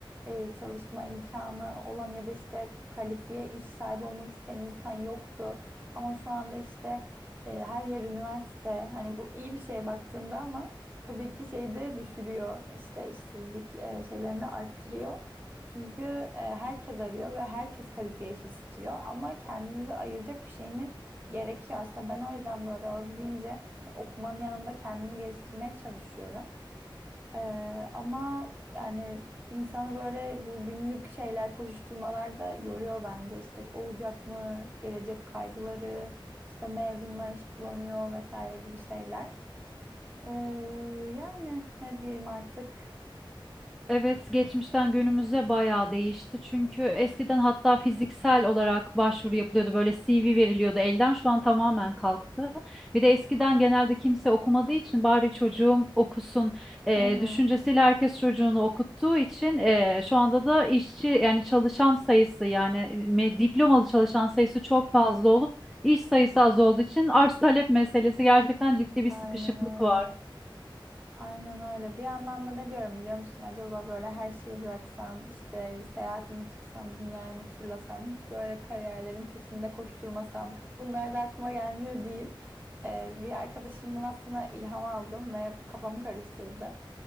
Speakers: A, on the right; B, in the centre.
A: e, çalışma imkanı olan ya da işte kalifiye iş sahibi olmak isteyen insan yoktu ama şu anda işte e, her yer üniversite hani bu iyi bir şey baktığında ama tabii ki şeyi de düşürüyor işte işsizlik e, şeylerini de arttırıyor. Çünkü e, herkes arıyor ve herkes kalifiye iş istiyor ama kendimize ayıracak bir şeyimiz gerekiyor aslında. Ben o yüzden böyle olabildiğince hani okumanın yanında kendimi geliştirmeye çalışıyorum. E, ama yani insanı böyle bu günlük şeyler, koşuşturmalar da yoruyor bence. İşte olacak mı, gelecek kaygıları, işte mezunlar iş bulamıyor vesaire gibi şeyler. E, yani ne diyeyim artık.
B: Evet, geçmişten günümüze bayağı değişti. Çünkü eskiden hatta fiziksel olarak başvuru yapılıyordu. Böyle CV veriliyordu elden. Şu an tamamen kalktı. Bir de eskiden genelde kimse okumadığı için bari çocuğum okusun eee,
A: Hı hı.
B: düşüncesiyle herkes çocuğunu okuttuğu için eee, şu anda da işçi yani çalışan sayısı yani me- diplomalı çalışan sayısı çok fazla olup iş sayısı az olduğu için arz talep meselesi gerçekten ciddi bir
A: Aynen
B: sıkışıklık
A: öyle.
B: var.
A: Aynen öyle. Bir yandan da ne diyorum biliyor musun? Acaba böyle her şeyi bıraksam, işte seyahatimi çıksam, dünyayı mı turlasam, hiç böyle kariyerlerin peşinde koşturmasam, bunlar da aklıma gelmiyor değil. Ee, bir arkadaşımdan aslında ilham aldım ve kafamı karıştırdı.